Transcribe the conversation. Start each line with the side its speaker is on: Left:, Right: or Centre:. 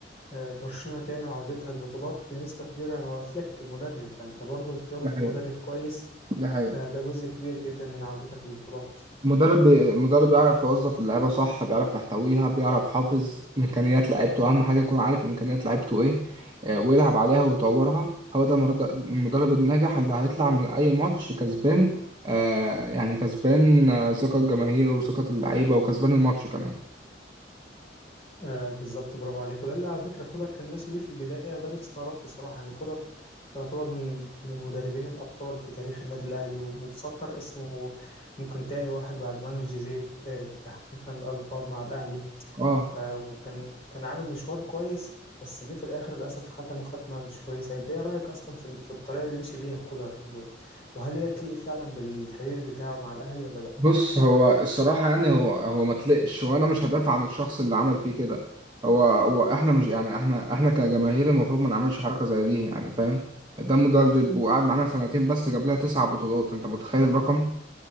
Left: آه، برشلونة تاني وعودتها البطولات بنسبة كبيرة هو فليك المدرب فأنت برضه اختيارك
Right: ده حقيقة
Left: لمدرب كويس
Right: ده حقيقة
Left: آه، ده جزء كبير جدا من عودتك للبطولات
Right: مدرب مدرب بيعرف يوظف اللعيبه صح بيعرف يحتويها بيعرف يحافظ امكانيات لعيبته اهم حاجه يكون عارف امكانيات لعيبته ايه آه، ويلعب عليها ويطورها هو ده المرد- المدرب الناجح اللي هيطلع من اي ماتش كسبان آه، يعني كسبان آه، ثقه الجماهير وثقه اللعيبه وكسبان الماتش كمان
Left: آه بالظبط برافو عليك وده اللي على فكره كولر كان ماشي بيه في البدايه وده اللي استغربته الصراحه يعني كولر يعتبر من من المدربين الابطال في تاريخ النادي الاهلي وبسطر اسمه ممكن تاني واحد بعد مانويل جوزيه آه تحقيقا الالقاب مع الاهلي
Right: اه
Left: ف- وكان كان عامل مشوار كويس بس جه في الاخر للاسف ختم ختمه مش كويسه انت ايه رايك اصلا في في الطريقه اللي مشي بيها كولر و- وهل هي تليق فعلا بالكارير بتاعه مع الاهلي ولا لا
Right: بص هو الصراحة يعني هو هو ما تلقش وانا مش هدافع عن الشخص اللي عمل فيه كده هو هو احنا مش يعني احنا احنا كجماهير المفروض ما نعملش حركة زي دي يعني فاهم ده مدرب وقعد معانا سنتين بس جاب لها تسع بطولات انت متخيل الرقم